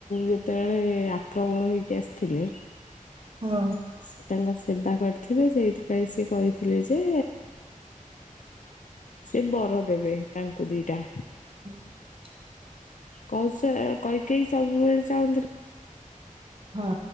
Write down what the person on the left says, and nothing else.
ଯେତେବେଳେ ଆକ୍ରମଣ ହେଇକି ଆସିଥିଲେ?
ସେ ତାଙ୍କ ସେବା କରିଥିବେ। ସେଇଥିପାଇଁ ସିଏ କହିଥିଲେ ଯେ ସେ ବର ଦେବେ ତାଙ୍କୁ ଦିଟା।
କୌସ କଇକହି ସବୁବେଳେ ଚାହୁଁଥିଲେ।